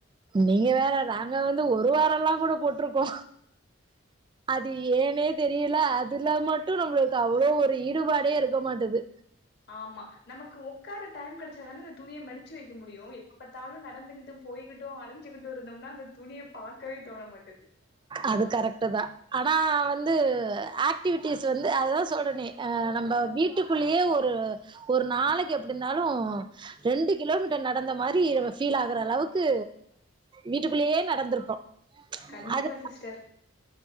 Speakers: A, on the right; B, on the left.
A: நீங்க வேற நாங்க வந்து ஒரு வாரொல்லாங் கூட போட்ருக்கோ அது ஏனே தெரியல அதுல மட்டூ நம்ளுக்கு அவ்ளோ ஒரு ஈடுபாடே இருக்க மாட்டது
B: ஆமா நமக்கு ஒக்கார டைம் கெடச்சாதான அந்த துணிய மடுச்சு வைக்க முடியு இப் எப்போ பார்த்தாலும் நடந்துகிட்டு போய்கட்டும் அலஞ்சகிட்டு இருந்தோம்னா அந்த துணியை பாக் கவே தோண மாட்டேது
A: அது கரெக்ட்டு தா ஆனா வந்து ஆக்டிவிட்டிஸ் வந்து அது தா சொல்றனே நம்ம வீட்டு வீட்டுக்குள்ளையே ஒரு ஒரு நாளைக்கு எப்படி இருந்தாலு ரெண்டு கிலோமீட்டர் நடந்த மாரி பீல் ஆகுற அளவுக்கு வீட்டு வீட்டுக்குள்ளேயே நடந்திருக்கோ
B: கண்டிப்பா
A: அது
B: சிஸ்டர்